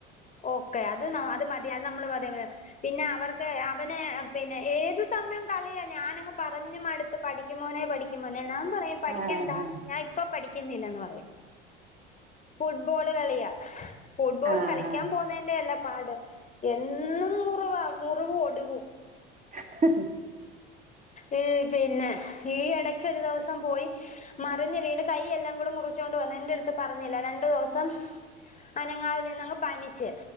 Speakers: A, on the left; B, on the right.
A: ഒക്കെ അത് ന്നാ അത് മതി അത് നമ്മള് മതി <unintelligible> പിന്നെ അവർ ദ് അവനെ പിന്നെ ഏത് സമയും കളിയ ഞാനങ്ങ് പറഞ്ഞു മടുത്ത് പഠിക്ക് മോനെ പഠിക്ക് മോൻ - ഞാൻ പറയും പഠിക്കണ്ടാ
B: ആ ആ
A: ഞാൻ ഇപ്പൊ പഠിക്കുന്നില്ലെ ന്ന് പറയും ഫുട്ബോള് കളിയ ഫുട്ബോള്
B: ആ ആ
A: കളിക്കാൻ
B: ആ
A: പോന്നേന്റെ യല്ല പാട് എന്നും മുറിവാ മുറിവും ഒടിവും
B: ഹ് -ഹ് -ഹ്
A: ഈ പിന്നെ ഈ എടക്കൊരു ദിവസം പോയി മറിഞ്ഞ് വീണ് കൈയെല്ലാം കൂടെ മുറിച്ചോണ്ട് വന്ന് എൻറടുത്ത് പറഞ്ഞില്ല രണ്ടു ദിവസം അനങ്ങാതെ നിന്നങ്ങ് പനിച്ച്